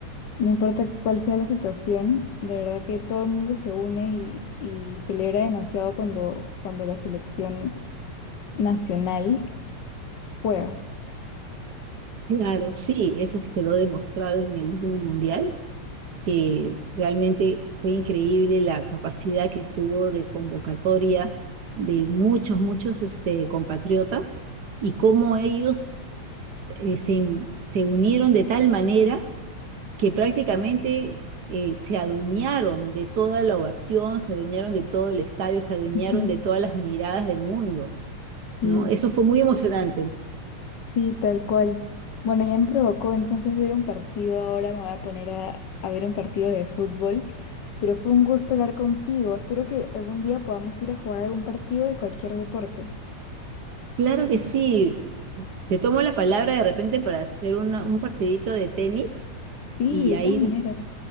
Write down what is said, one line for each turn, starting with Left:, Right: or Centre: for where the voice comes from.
Left: no importa cuál sea la situación, de verdad que todo el mundo se une y, y celebra demasiado cuando, cuando la selección nacional juega.
Right: Claro, sí, eso quedó demostrado en el último mundial, que realmente fue increíble la capacidad que tuvo de convocatoria de muchos, muchos este, compatriotas y cómo ellos eh, se, se unieron de tal manera que prácticamente eh, se adueñaron de toda la ovación, se adueñaron de todo el estadio, se adueñaron
Left: Ujú.
Right: de todas las miradas del mundo,
Left: Sí.
Right: ¿no? Eso fue muy emocionante.
Left: Sí, tal cual. Bueno, ya me provocó entonces ver un partido. Ahora me voy a poner a, a ver un partido de fútbol. Pero fue un gusto hablar contigo. Espero que algún día podamos ir a jugar algún partido de cualquier deporte.
Right: Claro que sí. Te tomo la palabra de repente para hacer una- un partidito de tenis
Left: Sí,
Right: y ahí,
Left: de todas maneras.